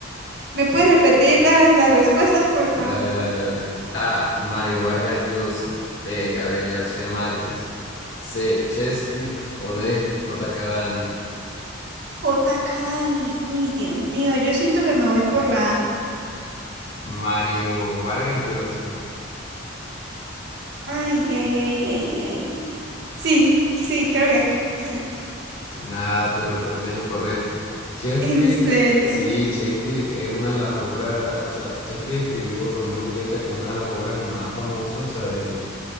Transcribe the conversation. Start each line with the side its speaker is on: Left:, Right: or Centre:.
Right: ¿Me puedes repetir las, las respuestas, porfa?
Left: Dale, dale, dale. A. Mario Vargas Llosa. B. Gabriel García Márquez. C. Shakespeare. O D. J. K. Daniels.
Right: J. Kadani. Uy, Dios mío, yo siento que me voy por la A.
Left: Mario Vargas Llosa.
Right: Ay, ay, ay, ay, ay. Sí, sí, creo que ese.
Left: Nada, tu respuesta es incorrecta. Shakespeare,
Right: En serio.
Left: que- sí, Shakespeare es una de las obras, o sea, Shakespeare escribió Romeo y Julieta, que es una de las obras más famosas, o sea, del-